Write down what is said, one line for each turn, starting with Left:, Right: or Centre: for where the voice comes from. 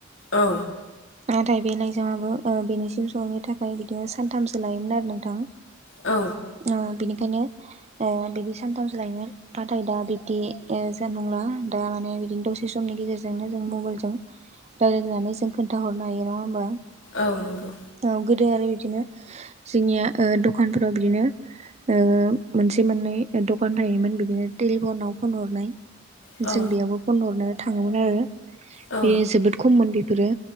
Left: औ।
Right: नाथाय बे लाइजामाबो ओ बेनिसिम सहैनो थाखाय बिदिनो सानथामसो लायोमोन आरो नोंथां।
Left: औ।
Right: औ बिनिखायनो बिदि सानथामसो लायोमोन नाथाय दा बिब्दि ज नंला दा माने बिदिनो दसे समनि गेजेरजोंनो जों मबाइलजों राय्लायनानै जों खोन्थाहरनो हायो नङा होमबा?
Left: औ नंगौ।
Right: औ गोदो आरो बिदिनो जोंनिया दखानफोराव बिदिनो ओ मोनसे मोननै दखान थायोमोन बिदिनो टेलिफनाव फन हरनाय
Left: औ
Right: जों बेयावबो फन हरनो थाङोमोन आरो
Left: औ
Right: बेयो जोबोद खममोन बेफोरो